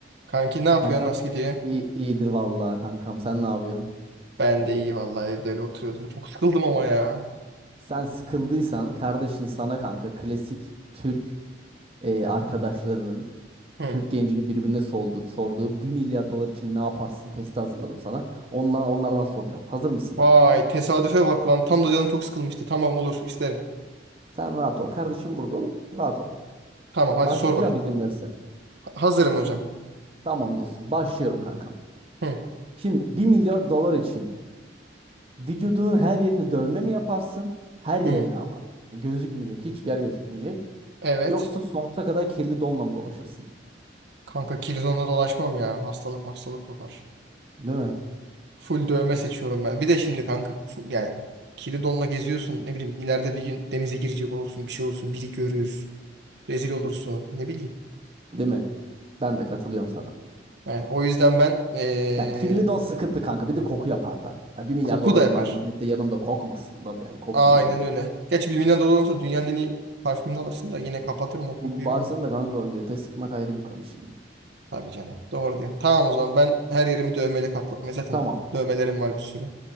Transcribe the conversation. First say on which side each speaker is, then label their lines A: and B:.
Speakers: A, on the right; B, on the right.
A: Kanki ne yapıyor?
B: Kankam
A: Nasıl gidiyor?
B: iyi, iyidir vallahi kankam. Sen ne yapıyorsun?
A: Ben de iyi vallahi evde öyle oturuyordum. Çok sıkıldım ama ya.
B: Sen sıkıldıysan kardeşin sana kanka klasik Türk e, arkadaşlarının
A: Hı.
B: Türk gencinin birbirine soldu, sorduğu bir milyar dolar için ne yaparsın testi hazırladım sana. Ondan, onlardan soracağım. Hazır mısın?
A: Vay tesadüfe bak lan. Tam da canım çok sıkılmıştı. Tamam olur isterim.
B: Sen rahat ol. Kardeşim burada oğlum. Rahat ol.
A: Tamam hadi
B: Başlayacağım
A: sor bakayım.
B: izin verirsen.
A: Ha- hazırım hocam.
B: Tamam dostum. Başlıyorum kankam.
A: Hı.
B: Şimdi bir milyar dolar için vücudunun her yerini dövme mi yaparsın? Her yerine
A: Hı.
B: ama. Gözükmeyecek. Hiçbir yer gözükmeyecek.
A: Evet.
B: Yoksa sonsuza kadar kirli donla mı dolaşırsın?
A: Kanka kilizonla dolaşmam ya. Hastalık hastalık yapar.
B: Değil mi?
A: Full dövme seçiyorum ben. Bir de şimdi kanka fu- yani kilidonla geziyorsun. Ne bileyim ileride bir gün denize girecek olursun. Bir şey olursun. Biri görür. Rezil olursun. Ne bileyim.
B: Değil mi? Ben de katılıyorum sana.
A: Yani o yüzden ben ee,
B: Ya kirli don sıkıntı kanka. Bir de koku yapar da. Ya bir milyar
A: koku
B: dolarım
A: da yapar.
B: var millette yanımda kokmasın da ben kokmayayım
A: Aynen
B: milleti.
A: öyle. Geç 1 milyon dolar olsa dünyanın en iyi parfümünü alırsın da yine kapatırım o kokuyu
B: Bir varsın
A: bilmiyorum.
B: da kanka o göte sıkmak ayrı bir konu şimdi.
A: Tabii canım. Doğru diyorsun. Tamam o zaman ben her yerimi dövmeyle kaplatmaya zaten
B: Tamam.
A: dövmelerim var bir sürü.